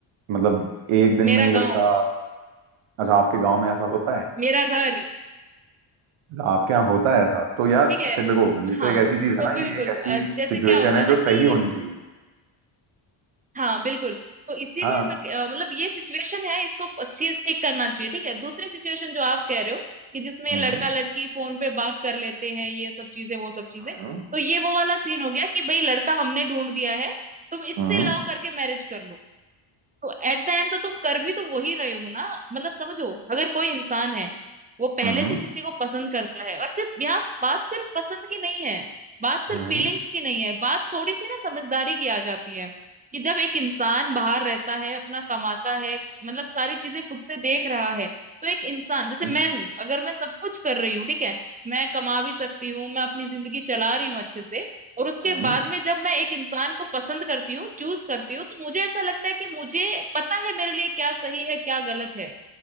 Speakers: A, on the right (about 85°); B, on the right (about 20°).
A: मतलब एक दिन
B: मेरा
A: में ही लड़का
B: गांव
A: अच्छा आपके गांव में ऐसा होता है
B: मेरा घर
A: अच्छा, आपके यहाँ होता है ऐसा तो यार
B: ठीक है
A: फिर देखो ये तो
B: हाँ
A: एक ऐसी चीज है
B: तो
A: ना
B: बिल्कुल
A: ये एक ऐसी
B: अ, जैसे
A: सिचुएशन
B: क्या होता
A: है
B: है
A: जो
B: ना
A: सही
B: कि
A: होनी चाहिए
B: हाँ बिल्कुल तो इसीलिए
A: हाँ
B: मैं अ, मतलब ये सिचुएशन है इसको चीज ठीक करना चाहिए ठीक है दूसरी सिचुएशन जो आप कह रहे हो कि जिसमें
A: हम्म
B: लड़का लड़की फोन पे बात कर लेते हैं ये सब चीजें वो सब चीजें
A: हम्म
B: तो ये वो वाला सीन हो गया कि भाई लड़का हमने ढूंढ दिया है तुम इससे
A: हम्म
B: लव करके मैरिज कर लो तो एट द एंड तो तुम कर भी तो वही रहे हो ना मतलब समझो अगर कोई इंसान है वो पहले
A: हम्म
B: से किसी को पसंद करता है और सिर्फ यहाँ बात सिर्फ पसंद की नहीं है बात सिर्फ
A: हम्म
B: फीलिंग्स की नहीं है बात थोड़ी सी ना समझदारी की आ जाती है कि जब एक इंसान बाहर रहता है अपना कमाता है मतलब सारी चीजें खुद से देख रहा है तो एक इंसान
A: हम्म,
B: जैसे मैं हूँ अगर मैं सब कुछ कर रही हूँ ठीक है मैं कमा भी सकती हूँ मैं अपनी जिंदगी चला रही हूँ अच्छे से और उसके
A: हम्म।
B: बाद में जब मैं एक इंसान को पसंद करती हूँ चूज करती हूँ तो मुझे ऐसा लगता है कि मुझे पता है मेरे लिए क्या सही है क्या गलत है